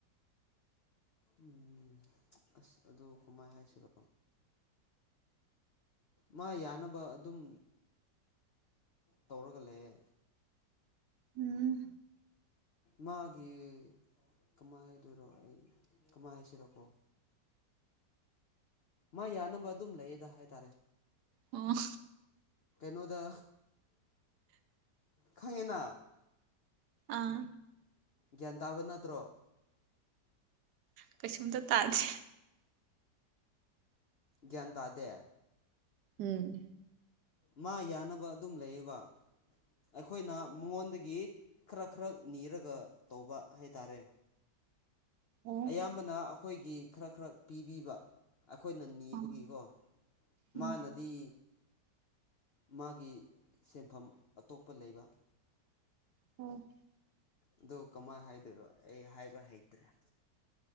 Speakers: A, on the left; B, on the right.
A: ꯎꯝ ꯑꯁ ꯑꯗꯨ ꯀꯃꯥꯏ ꯍꯥꯏꯁꯤꯔꯣ ꯃꯥ ꯌꯥꯅꯕ ꯑꯗꯨꯝ ꯇꯧꯔꯒ ꯂꯩꯌꯦ
B: ꯎꯝ
A: ꯃꯥꯒꯤ ꯀꯃꯥꯏꯅ ꯍꯥꯏꯗꯣꯏꯔꯣ ꯑꯩ ꯀꯃꯥꯏꯅ ꯍꯥꯏꯁꯤꯔꯣꯀꯣ ꯃꯥ ꯌꯥꯅꯕ ꯑꯗꯨꯝ ꯂꯩꯌꯦꯗ ꯍꯥꯏꯇꯥꯔꯦ
B: ꯑꯣ
A: ꯀꯩꯅꯣꯗ ꯈꯪꯉꯦꯅ
B: ꯑꯥ
A: ꯒ꯭ꯌꯥꯟ ꯇꯥꯕ ꯅꯠꯇ꯭ꯔꯣ
B: ꯀꯩꯁꯨꯝꯗ ꯇꯥꯗ‌ꯦ
A: ꯒ꯭ꯌꯥꯟ ꯇꯥꯗꯦ
B: ꯎꯝ
A: ꯃꯥ ꯌꯥꯅꯕ ꯑꯗꯨꯝ ꯂꯩꯌꯦꯕ ꯑꯩꯈꯣꯏꯅ ꯃꯉꯣꯟꯗꯒꯤ ꯈꯔ ꯈ꯭ꯔꯛ ꯅꯤꯔꯒ ꯇꯧꯕ ꯍꯥꯏꯇꯥꯔꯦ
B: ꯑꯣ
A: ꯑꯌꯥꯝꯕꯅ ꯑꯩꯈꯣꯏꯒꯤ ꯈꯔ ꯈ꯭ꯔꯛ ꯄꯤꯕꯤꯕ ꯑꯩꯈꯣꯏꯅ ꯅꯤꯕꯒꯤꯀꯣ
B: ꯑꯥ ꯎꯝ
A: ꯃꯥꯅ ꯗꯤ ꯃꯥꯒꯤ ꯁꯤꯟꯐꯝ ꯑꯇꯣꯞꯄ ꯂꯩꯕ
B: <unintelligible>
A: ꯑꯗꯨ ꯀꯃꯥꯏꯅ ꯍꯥꯏꯗꯣꯏꯔꯣ ꯑꯩ ꯍꯥꯏꯕ ꯍꯩꯇ꯭ꯔꯦ